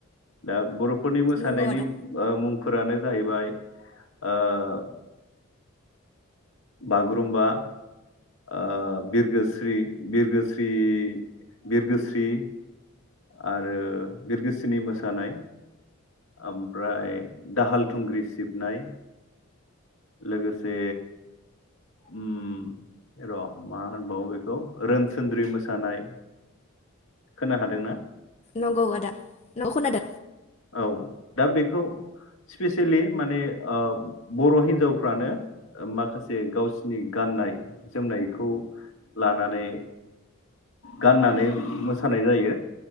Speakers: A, on the left (about 65°); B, on the left (about 30°).
A: दा बर फोरनि मोसानायनि
B: नंगौ आदा
A: ओ मुं फोरानो जाहैबाय ओ बागुरुम्बा। ओ बिरगोस्रि बिरगोस्रि बिरगोस्रि आरो बिरगोस्रिनि मोसानाय ओमफ्राय दाहाल थुंग्रि सिबनाय। लोगोसे उम र मा होनबावो बेखौ रोनसोनद्रि मोसानाय खोना हादोंना?
B: नंगौ आदा <unintelligible>
A: औ दा बेखौ स्पेसियेलि माने ओबर हिन्जावफ्रानो माखासे गावसिनि गाननाय जोमनायखौ लानानै गाननानै मोसानाय जायो